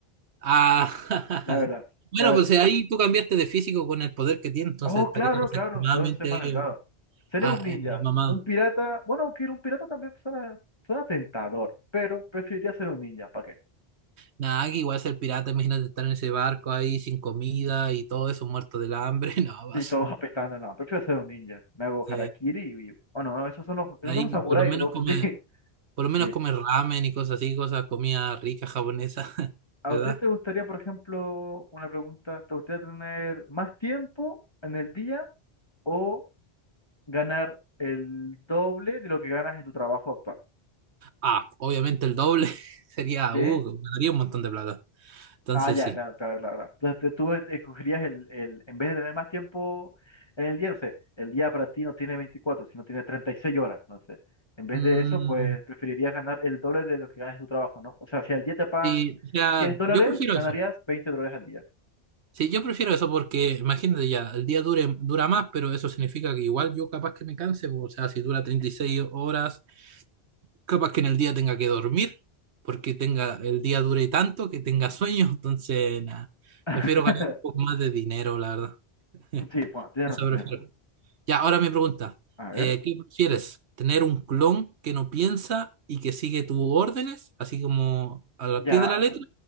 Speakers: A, on the right (about 85°); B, on the left (about 25°).
A: Ah, <laughs>
B: la verdad.
A: bueno,
B: A ver,
A: pues eh, ahí tú cambiaste de físico con el poder que tiene, entonces
B: oh,
A: estarías
B: claro, claro,
A: extremadamente
B: soy, soy más delgado. Sería
A: ah,
B: un ninja,
A: eh, mamado.
B: un pirata. Bueno, aunque un pirata también suena, suena tentador, pero preferiría ser un ninja, ¿para qué?
A: Nada, que igual ser pirata, imagínate estar en ese barco ahí sin comida y todo eso, muerto del hambre, <laughs> no, vas.
B: Y todos apestando, no, prefiero ser un ninja. Me hago
A: Sí,
B: harakiri y huyo. Oh, no, esos son los, esos
A: ahí
B: son los samuráis,
A: por lo menos
B: me confundí.
A: come,
B: <laughs>
A: por lo menos
B: Sí.
A: come ramen y cosas así, cosas, comida rica japonesa, <laughs>
B: ¿A
A: ¿verdad?
B: usted te gustaría, por ejemplo, una pregunta, ¿te gustaría tener más tiempo en el día o ganar el doble de lo que ganas en tu trabajo actual?
A: Ah, obviamente el doble <laughs> sería,
B: ¿Sí?
A: uh, ganaría un montón de plata. Entonces
B: Ah, ya,
A: sí.
B: claro, claro, claro. claro. Entonces te- tú escogerías el, el, en vez de tener más tiempo en el día, no sé, el día para ti no tiene 24 sino tiene 36 horas, no sé. En vez
A: Mm,
B: de eso, pues preferirías ganar el doble de lo que ganas en tu trabajo, ¿no? O sea, si al día te pagan
A: sí, o sea,
B: diez dólares,
A: yo prefiero
B: ganarías
A: eso.
B: veinte dólares al día.
A: Sí, yo prefiero eso porque imagínate ya, el día dure, dura más, pero eso significa que igual yo capaz que me canse, o sea, si dura 36 horas, capaz que en el día tenga que dormir, porque tenga, el día dure tanto que tenga sueño, <laughs> entonces nada,
B: <laughs>
A: prefiero ganar un poco más de dinero, la verdad. <laughs>
B: Sí, bueno, tienes
A: Eso
B: razón,
A: prefiero.
B: tienes razón.
A: Ya, ahora me pregunta,
B: A ver,
A: eh, ¿qué prefieres? ¿Tener un clon que no piensa y que sigue tus órdenes, así como a la
B: ya,
A: pie de la letra?